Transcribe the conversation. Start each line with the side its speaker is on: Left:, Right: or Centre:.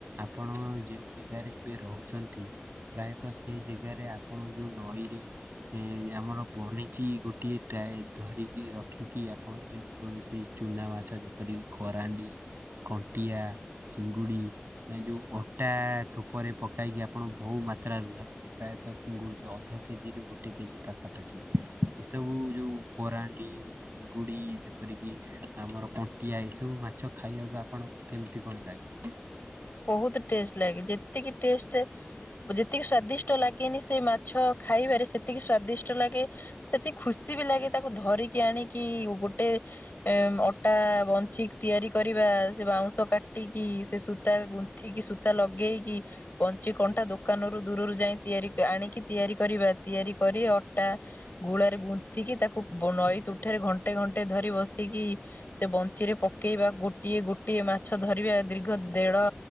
Right: ଆପଣ ଯେଉଁ ଜାଗାରେ ଏବେ ରହୁଛନ୍ତି। ପ୍ରାୟତଃ ସେଇ ଜାଗାରେ ଆପଣ ଯୋଉ ନଈରେ ଏ ଆମର ବନିଚି ଗୋଟିଏ ଟାଏ ଧରିକି ରଖିକି ଆପଣ ଯେଉଁ କୌଣସି ଚୁନା ମାଛ ଯେପରିକି କରାଣ୍ଡି କଣ୍ଟିଆ ଚିଙ୍ଗୁଡି ଏଇ ଯୋଉ ଅଟା ଥୋପରେ ପକାଇକି ଆପଣ ବହୁ ମାତ୍ରାରେ ଧରନ୍ତି। ଇ ପ୍ରାୟତଃ ଉ ଗୋଡ ଅଧ କେଜିରୁ ଗୋଟେ କେଜି ପାଖାପାଖି। ଏସବୁ ଯୋଉ କରାଣ୍ଡି ଚିଙ୍ଗୁଡ଼ି ଯେପରିକି ଆମର କଣ୍ଟିଆ ଏସବୁ ମାଛ ଖାଇବାକୁ ଆପଣଙ୍କୁ କେମିତି କଣ ଲାଗେ?
Left: ବହୁତ ଟେଷ୍ଟ ଲାଗେ। ଯେତିକି ଟେଷ୍ଟେ ବ ଯେତିକି ସ୍ଵାଦିଷ୍ଟ ଲାଗେନି ସେ ମାଛ ଖାଇବାରେ। ସେତିକି ସ୍ଵାଦିଷ୍ଟ ଲାଗେ ସେତିକି ଖୁସି ବି ଲାଗେ ତାକୁ ଧରିକି ଆଣିକି ଗୋଟେ ଏମ ଅଟା ବଞ୍ଚିକ ତିଆରି କରିବା, ସେ ବାଉଁଶ କାଟିକି, ସେ ସୁ ତା ଗୁନ୍ଥିକି ସୂତା ଲଗେଇକି ପଞ୍ଚି କଣ୍ଟା ଦୋକାନରୁ ଦୂରରୁ ଯାଇ ତିଆରି ଆଣିକି ତିଆରି କରିବା। ତିଆରି କରି ଅଟା ଗୁଳାରେ ଗୁନ୍ଥିକି ତାକୁ ବ ନଈ ତୁଠରେ ଘଣ୍ଟେ-ଘଣ୍ଟେ ଧରି ବସିକି ସେ ବଞ୍ଚିରେ ପକେଇବା। ଗୋଟିଏ-ଗୋଟିଏ ମାଛ ଧରିବା। ଦୀର୍ଘ ଦେଢ଼